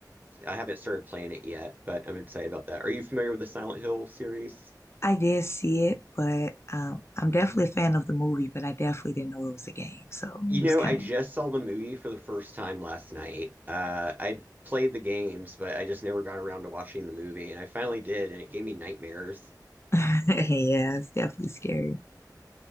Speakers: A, on the right; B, on the left.
A: I haven't started playing it yet, but I'm excited about that. Are you familiar with the Silent Hill series?
B: I did see it, but um, I'm definitely a fan of the movie, but I definitely didn't know it was a game. So it
A: You
B: was
A: know,
B: kind
A: I just
B: of
A: saw the movie for the first time last night. Uh, I played the games, but I just never got around to watching the movie, and I finally did, and it gave me nightmares.
B: <laughs> Yeah, it's definitely scary.